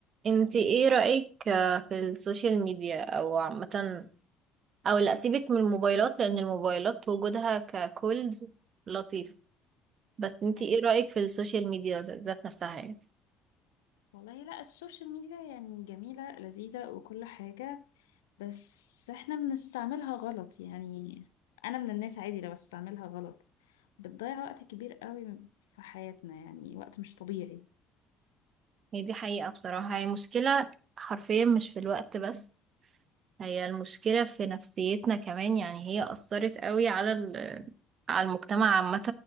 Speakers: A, on the right; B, on the left.
A: انت ايه رأيك آه، في السوشيال ميديا او عامة او لا سيبك من الموبايلات لان الموبايلات وجودها ككولز لطيف بس انت
B: ايوه
A: ايه رأيك في السوشيال ميديا ذات ذات نفسها يعني
B: والله لا السوشيال ميديا يعني جميلة لذيذة وكل حاجة بس احنا بنستعملها غلط يعني انا من الناس عادي لو بستعملها غلط بتضيع وقت كبير قوي في حياتنا يعني وقت مش طبيعي
A: هي دي حقيقة بصراحة هي مشكلة حرفيا مش في الوقت بس هي المشكلة في نفسيتنا كمان يعني هي أثرت قوي على ال- على المجتمع عامة